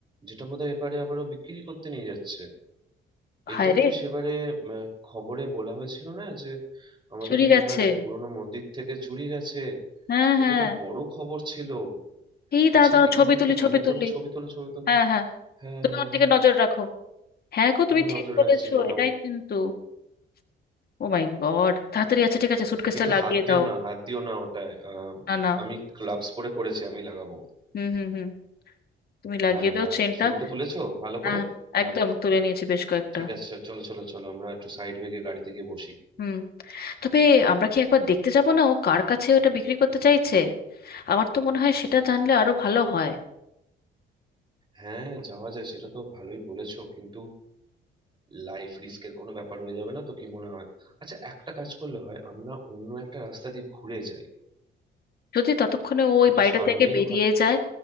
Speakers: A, on the right (about 25°); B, on the left (about 50°).
A: যেটা বোধহয় এবারে আবারও বিক্রি করতে নিয়ে যাচ্ছে এইটাই
B: হায় রে
A: তো সেবারে উম, খবরে বলা হয়েছিল না যে আমাদের
B: শরীর
A: এখানকার
B: আছে
A: এক পুরনো মন্দির থেকে চুরি গেছে
B: হ্যাঁ
A: এটা
B: হ্যাঁ
A: একটা বড় খবর ছিল
B: এই দাঁড়া
A: আচ্ছা
B: দাঁড়া
A: এটার
B: ছবি
A: না একটা
B: তুলি
A: ভালো
B: ছবি
A: করে
B: তুলি
A: ছবি তোলো ছবি তোলো
B: হ্যাঁ হ্যাঁ
A: হ্যাঁ
B: তুমি
A: হ্যাঁ
B: ওর দিকে
A: হ্যাঁ
B: নজর রাখো হ্যাঁ গো তুমি
A: আমি
B: ঠিক
A: নজর
B: বলেছো
A: রাখছি মোটামুটি
B: এটাই কিন্তু ও মাই গড তাড়াতাড়ি আচ্ছা ঠিক আছে সুটকেসটা
A: কিন্তু
B: লাগিয়ে
A: হাত দিও
B: দাও
A: না হাত দিও না ওটায় আহ,
B: না না
A: আমি গ্লাভস পরে করেছি আমি লাগাবো
B: হুম হুম হুম তুমি লাগিয়ে
A: হ্যাঁ
B: দাও
A: হ্যাঁ
B: চেনটা
A: ছবিটা তুলেছো ভালো
B: হ্যাঁ
A: করে হ্যাঁ
B: একদম তুলে নিয়েছি বেশ কয়েকটা
A: ঠিক আছে চলো চলো চলো আমরা একটু সাইড হয়ে গিয়ে গাড়িতে গিয়ে বসি
B: হুম তবে আমরা কি একবার দেখতে যাব না ও কার কাছে ওটা বিক্রি করতে চাইছে আমার তো মনে হয় সেটা জানলে আরো ভালো হয়
A: হ্যাঁ যাওয়া যায় সেটা তো ভালোই বলেছো কিন্তু লাইফ রিস্কের কোনো ব্যাপার হয়ে যাবে না তো কি মনে হয় আচ্ছা একটা কাজ করলে হয় আমরা অন্য একটা রাস্তা দিয়ে ঘুরে যাই
B: যদি ততক্ষণে ও ওই
A: ও তো
B: বাড়িটা
A: সামনেই
B: থেকে বেরিয়ে
A: ওখান
B: যায়